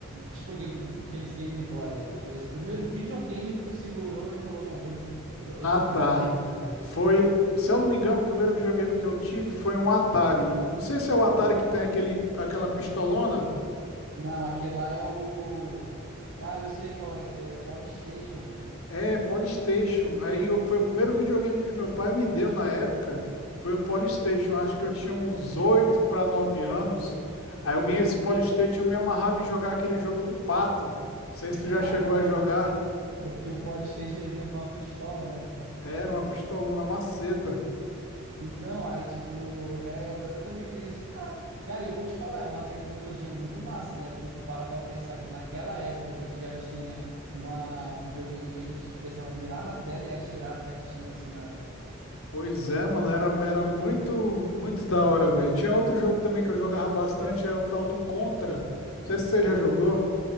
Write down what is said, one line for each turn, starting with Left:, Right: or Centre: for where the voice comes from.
Right: Tipo game- aqueles Game Boy, eu digo assim, primeiro videogame que tu segurou e falou, não, vou jo-
Left: Ah,
Right: esse
Left: tá.
Right: jogo aqui, por exemplo.
Left: Foi, se eu não me engano, o primeiro videogame que eu tive foi um Atari. Não sei se é o Atari que tem aquele aquela pistolona.
Right: Não, aquele lá é o. Cara, eu sei qual é esse aí, é o Polystation, pô.
Left: É, Polystation. Aí eu- foi o primeiro videogame que meu pai me deu na época. Foi o Polystation. Acho que eu tinha uns 8 para 9 anos. Aí eu ganhei esse Polystation, eu me amarrava em jogar aquele jogo do pato. Não sei
Right: <laughs>
Left: se tu já chegou a jogar.
Right: É porque o Polystation ele vinha com uma pistola, né, pô?
Left: Era uma pistolona maceta.
Right: Então, aí, tipo, é, eu eu também tenho esse. <laughs> Cara, eu vou te falar, é uma tecnologia muito massa, né? Porque tu para pra pensar que naquela época a gente já tinha uma, um videogame que a gente precisava mirar na tela e atirar certinho, assim, nas.
Left: Pois é, mano, era, era muito, muito da hora, velho. Tinha outro jogo também que eu jogava bastante, é o tal do Contra. Não sei se você já jogou.